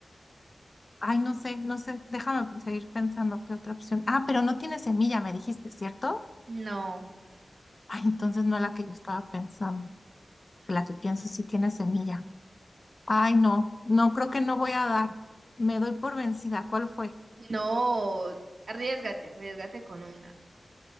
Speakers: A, on the left; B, on the right.
A: Ay, no sé, no sé. Déjame seguir pensando qué otra opción. Ah, pero no tiene semilla, me dijiste, ¿cierto?
B: No,
A: Ay, entonces no la que yo estaba pensando. La que pienso sí tiene semilla. Ay, no, no creo que no voy a dar. Me doy por vencida. ¿Cuál fue?
B: no. Arriesgate, arriesgate con una.